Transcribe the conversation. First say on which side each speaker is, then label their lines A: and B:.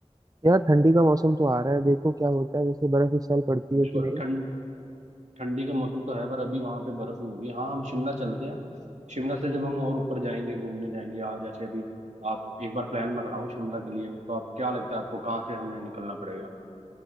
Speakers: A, on the right; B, on the right.
A: यार ठंडी का मौसम तो आ रहा है देखो क्या होता है वैसे बर्फ इस साल पड़ती है
B: बिल्कुल
A: कि नहीं
B: ठंड ठंडी का मौसम तो है पर अभी वहां पे बर्फ नहीं होगी हाँ हम शिमला चलते हैं शिमला से जब हम और ऊपर जाएंगे घूमने जाएंगे आ जैसे अभी आप एक बार प्लान बनाओ शिमला के लिए तो आप क्या लगता है आपको कहाँ से हमें निकलना पड़ेगा